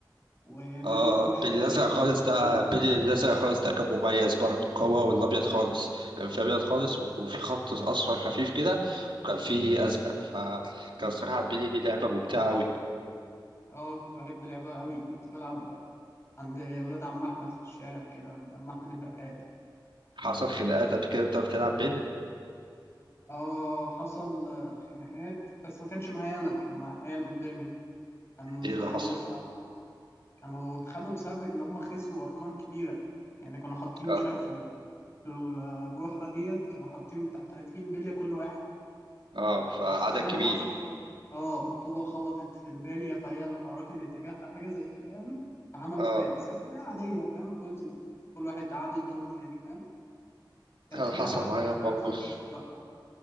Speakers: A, on the left (about 30°); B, on the right (about 85°).
A: وبلي
B: اه
A: الدوكش
B: بلي
A: الكبير
B: الازرق خالص
A: دوت
B: ده
A: وبلي الس-
B: بلي الازرق خالص ده كان مميز برضه هو والابيض خالص كان في ابيض خالص و- وفي خط اصفر خفيف كده وكان فيه ازرق فكان صراحه البلي دي لعبه ممتعه قوي
A: اه كنت بحب لعبها قوي كنت بلعب عند ولاد عم احمد في الشارع كده عند عم احمد البقال
B: حصل خناقات قبل كده انت بتلعب بلي
A: اه حصل آه، خناقات بس ما كانش معايا انا كان مع عيال قدامي كان مصطفى
B: ايه اللي حصل
A: مسعد كانوا اتخانقوا بسبب ان هم خسروا ارقام كبيره يعني كانوا حاطين مش
B: اه,
A: عارف في ال- في الجحره ديت كانوا حاطين بتاع 30 بليه كل واحد
B: آه فعدد
A: ما اعرفش ايه اللي
B: كبير
A: حصل اه الطوبه خبطت في البليه فهي اللي حركت اتجاهها حاجه زي كده يعني فعملوا
B: اه
A: خناقه بس كانت خناقه عاديه فاهم خلصت كل واحد عاد الدور تاني فاهم كانت
B: هل
A: خناقات
B: حصل
A: عاديه
B: معايا
A: خناقات
B: موقف
A: لطيفه بقى